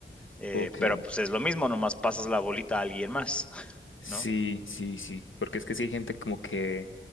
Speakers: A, in the centre; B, on the left (about 85°).
A: Eh,
B: Ok,
A: pero pues es lo mismo, nomás pasas la bolita a alguien más, <laughs>
B: sí,
A: ¿no?
B: sí, sí, porque es que sí hay gente como que,